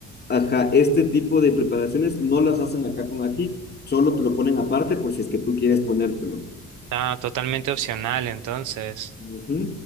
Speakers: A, on the left; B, on the right.
A: ajá, este tipo de preparaciones no las hacen acá con ají, solo te lo ponen aparte por si es que tú quieres ponértelo.
B: está totalmente opcional entonces.
A: Ujú.